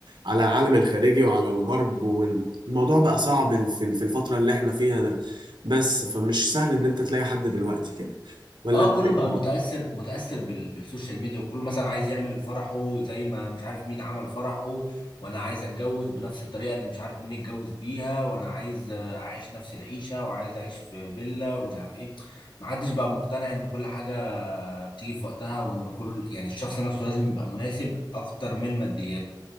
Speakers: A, on the right; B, on the left.
A: على العالم الخارجي وعلى الغرب والموضوع بقى صعب في في الفترة اللي احنا فيها ده بس فمش سهل إن أنت تلاقي حد دلوقتي كده ولا
B: اه
A: أنت
B: كله
A: إيه؟
B: بقى متأثر متأثر بال... بالسوشيال ميديا وكله مثلا عايز يعمل فرحه زي ما مش عارف مين عمل فرحه وانا عايز اتجوز بنفس الطريقة اللي مش عارف مين اتجوز بيها وانا عايز آه، اعيش نفس العيشة وعايز اعيش في فيلا ومش عارف ايه محدش بقى مقتنع ان كل حاجة بتيجي في وقتها وان كل يعني الشخص نفسه لازم يبقى مناسب اكتر من مادياته